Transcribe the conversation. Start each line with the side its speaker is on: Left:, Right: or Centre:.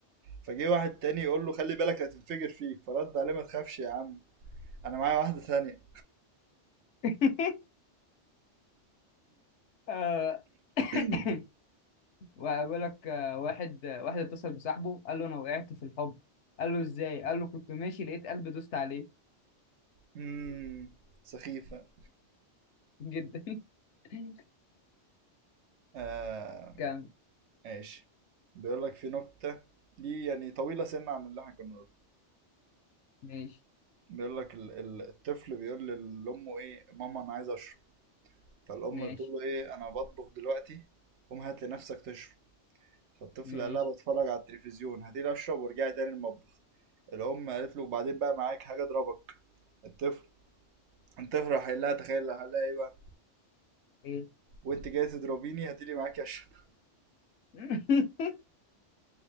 Right: فجه واحد تاني يقول له خلي بالك هتنفجر فيك فرد عليه ما تخافش يا عم انا معايا واحدة تانية
Left: <laughs> آه، <coughs>
Right: <clears throat>
Left: وبقول لك آه، واحد آه، واحد اتصل بصاحبه قال له انا وقعت في الحب قال له ازاي قال له كنت ماشي لقيت قلبي دوست عليه
Right: امم سخيفة
Left: جدا <laughs>
Right: آه،
Left: كان
Right: ماشي بيقول لك في نكتة دي يعني طويلة سنة عن اللي احنا كنا بنقوله
Left: ماشي
Right: بيقول لك ال- ال- الطفل بيقول لل- لأمه ايه ماما أنا عايز أشرب فالأم
Left: ماشي
Right: بتقول له ايه أنا بطبخ دلوقتي قوم هات لنفسك تشرب فالطفل
Left: ماشي
Right: قال لها بتفرج على التلفزيون هاتيلي أشرب وارجعي تاني المطبخ الأم قالت له وبعدين بقى معاك حاجة أضربك الطفل الطفل راح قايل لها تخيل راح قال لها ايه بقى
Left: ايه
Right: وانت جاي تضربيني هاتيلي معاكي أشرب
Left: <laughs>